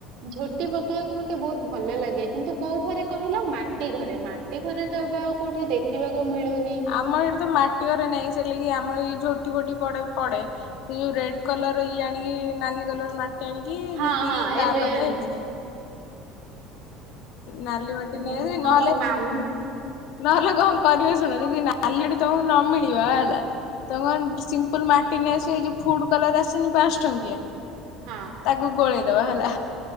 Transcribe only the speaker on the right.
ଝୋଟି ପକେଇବାକୁ ମତେ ବହୁତ ଭଲ ଲାଗେ କିନ୍ତୁ କୋଉ ଘରେ କହିଲ ମାଟି ଘରେ। ମା ଟି ଘରେ ତ ଏବେ ଆଉ କୋଉଠି ଦେଖିବାକୁ ମିଳୁନି।
ହଁ
ହଁ
ଏବେ ଆଣିବି
ମୋ
ମାମୁଁ
ହଁ।